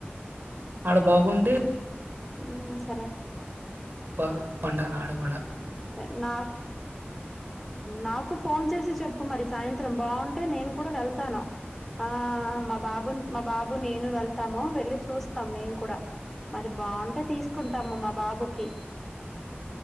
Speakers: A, on the right (about 55°); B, in the centre.
A: ఆడ బాగుంటే
B: ఊ సరే
A: బ్బా పండగ నాడు గూడా
B: సరే నాక్. నాకు ఫోన్ చేసి చెప్పు మరి సాయంత్రం బాగుంటే నేను కూడా వెళ్తాను. ఆ మా బాబు మా బాబు నేను వెళ్తాము వెళ్ళి చూస్తాం మేము కూడా. మరి బాగుంటే తీసుకుంటాము మా బాబుకి.